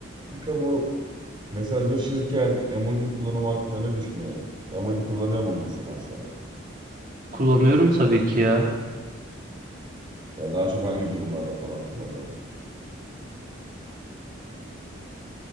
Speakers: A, on the right (about 25°); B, on the right (about 45°).
A: Kanka bu mesajlaşırken emoji kullanımı hakkında ne düşünüyorsun? Emoji kullanıyor mu mesela sen?
B: Kullanıyorum tabii ki ya.
A: Mesela daha çok hangi durumlarda falan kullanıyorsun?